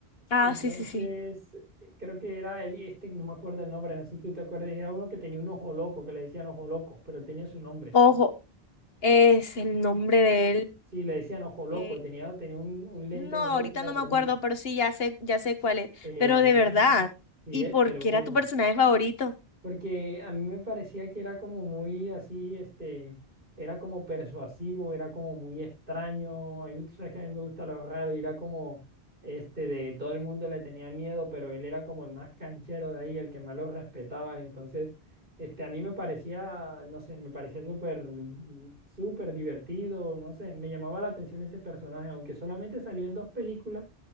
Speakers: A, on the left (about 70°); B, on the right (about 55°).
A: Ah,
B: Entonces,
A: sí, sí, sí.
B: eh, creo que era él, este, no me acuerdo el nombre, no sé si tú te acuerdas, era uno que tenía un ojo loco, que le decían ojo loco, pero él tenía su nombre.
A: Ojo, es el nombre de él.
B: Sí, le decían ojo loco,
A: eh,
B: tenía, tenía un, un lente
A: No,
B: en
A: ahorita
B: el ojo, era
A: no
B: gordito.
A: me acuerdo, pero sí, ya sé, ya sé cuál es.
B: Eh,
A: Pero
B: la-
A: de verdad,
B: sí,
A: ¿y
B: eh,
A: por
B: te lo
A: qué
B: juro.
A: era tu personaje favorito?
B: Porque a mí me parecía que era como muy así, este, era como persuasivo, era como muy extraño. A mí, tú sabes que a mí me gusta lo raro y era como, este, de todo el mundo le tenía miedo, pero él era como el más canchero de ahí, el que más lo respetaban. Entonces, este, a mí me parecía, no sé, me parecía súper, mm, súper divertido, no sé, me llamaba la atención ese personaje, aunque solamente salió en dos películas.